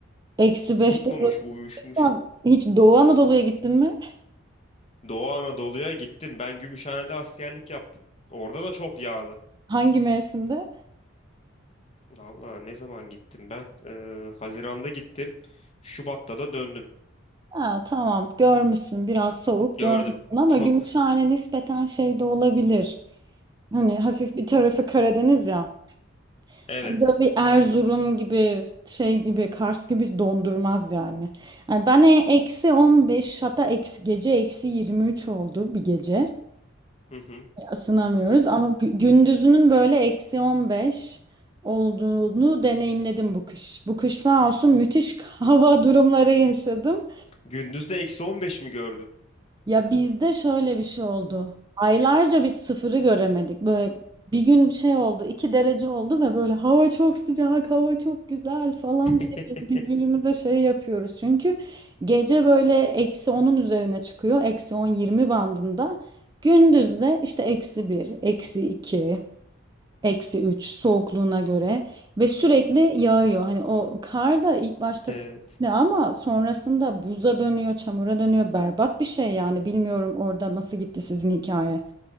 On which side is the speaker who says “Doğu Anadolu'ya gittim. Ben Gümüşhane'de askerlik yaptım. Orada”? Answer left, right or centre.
Left